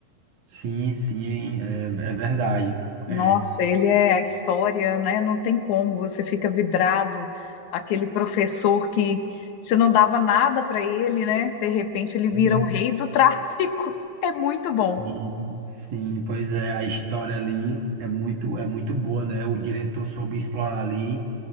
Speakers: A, on the right; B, on the left.
A: Sim, sim, é, é verdade.
B: Nossa,
A: É,
B: ele é a história, né? Não tem como, você fica vidrado. Aquele professor que você não dava nada para ele, né? De repente ele vira
A: Uhum.
B: o rei do tráfico. <laughs> É muito bom.
A: Sim, sim, pois é, a história ali é muito, é muito boa, né? O diretor soube explorar ali